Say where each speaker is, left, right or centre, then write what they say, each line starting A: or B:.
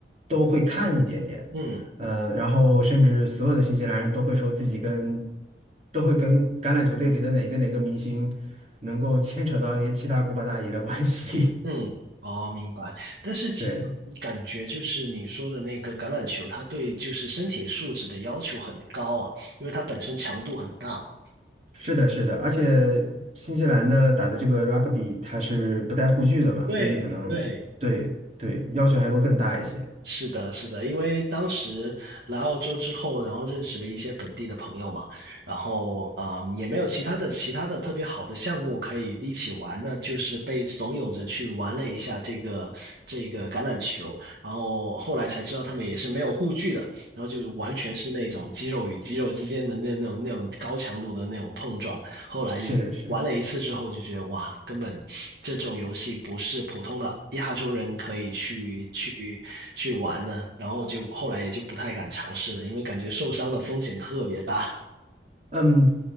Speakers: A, on the right; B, on the right.
A: 都会看一点点。
B: 嗯。
A: 呃，然后甚至所有的新西兰人都会说自己跟都会跟橄榄球队里的哪个哪个明星能够牵扯到一些七大姑八大姨的关系。
B: 嗯，哦，明白。但是其
A: <laughs> 对，
B: 感觉就是你说的那个橄榄球，它对就是身体素质的要求很高啊，因为它本身强度很大嘛。
A: 是的，是的，而且新西兰的打的这个 rugby 它是不带护具的嘛，
B: 对对，
A: 所以可能对对要求还会更大一些。
B: 是的，是的，因为当时来澳洲之后，然后认识了一些本地的朋友嘛，然后啊、也没有其他的其他的特别好的项目可以一起玩，那就是被怂恿着去玩了一下这个这个橄榄球，然后后来才知道他们也是没有护具的，然后就是完全是那种肌肉与肌肉之间的那那种那种高强度的那种碰撞，后来就玩了一次之后就觉得哇，
A: 是是，
B: 根本这种游戏不是普通的亚洲人可以去去去玩的，然后就后来也就不太敢尝试了，因为感觉受伤的风险特别大。<laughs>
A: 嗯